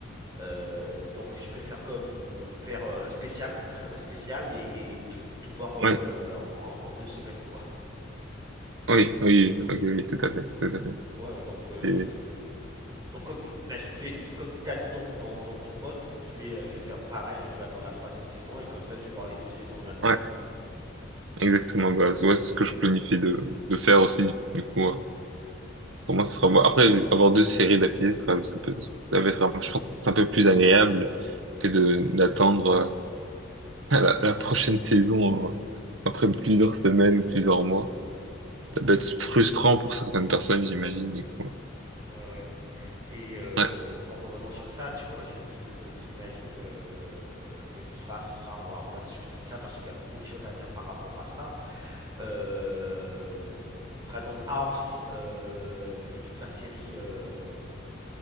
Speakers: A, on the right; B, on the right.
A: Euh, donc je préfère comme faire euh, un spécial, <laughs> un spécial et, et- et tout, tout voir euh,
B: oui,
A: en, en- en deux semaines quoi.
B: oui, oui, ok, oui, tout à fait, tout à fait.
A: Ouais, ouais, donc euh,
B: Et-
A: Donc, comme, ben, ce que je vais- je- comme tu as dit ton, ton, ton, ton pote, je vais, euh, je vais faire pareil, hein, je vais attendre la troisième saison et comme ça, je vais voir les deux saisons en même temps,
B: ouais,
A: quoi.
B: exactement. Bah, ouais, c'est ce que je planifiais de, de faire aussi. Du coup, euh, pour moi, ce sera bon. Après, avoir deux séries d'affilée, ce sera, ça peut- ça va être, un- je pense, un peu plus agréable que de d'attendre euh, <laughs> la, la prochaine saison euh, après plusieurs semaines ou plusieurs mois. Ça doit être frustrant pour certaines personnes, j'imagine, du coup.
A: Ouais, ouais. Et euh,
B: Ouais.
A: en revenant sur ça, tu vois, je, je- je- j'imagine, euh, mais ce sera, ce sera, on va, on va discuter de ça parce qu'il y a beaucoup de choses à dire par rapport à ça. Euh, Dragon House euh, et toute la série, euh,